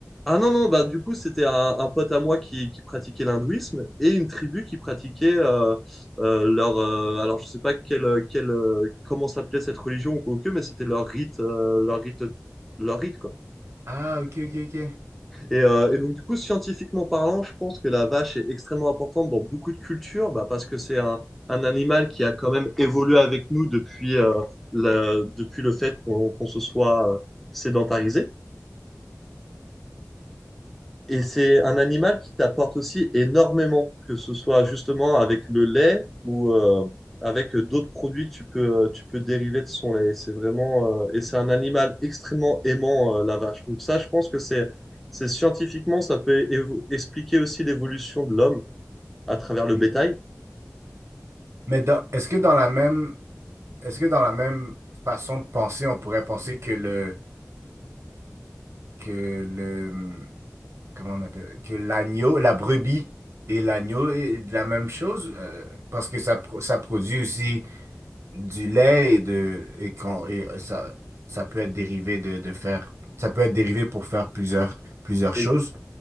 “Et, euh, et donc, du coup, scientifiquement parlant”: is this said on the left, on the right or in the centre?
Centre